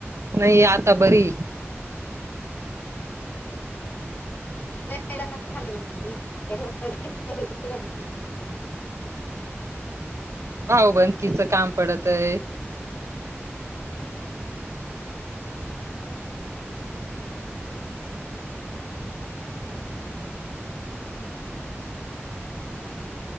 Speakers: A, on the right; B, on the left.
A: नाही आता बरी
B: नाही झाला म्हण
A: भावबंदकीच काम पडत आहे